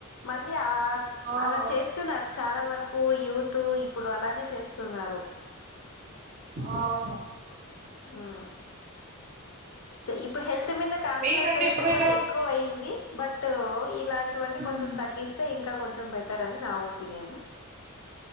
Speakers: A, on the left (about 70°); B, on the right (about 35°).
A: మళ్ళీ <unintelligible>
B: ఆ
A: అలా చేస్తున్నారు చాలా వరకూ యూత్ ఇప్పుడు అలానే చేస్తున్నారు
B: అవును
A: హ్మ్. ఇప్పుడు హెల్త్ మింద కాన్సన్ట్రేషన్
B: మీరండి ఎప్పుడైనా
A: కూడా ఎక్కువయ్యింది బట్ ఇలాంటివన్నీ
B: ఉమ్
A: కొంచెం తగ్గిస్తే ఇంకా కొంచెం బెట్ టర్ అని నా ఒపీనియన్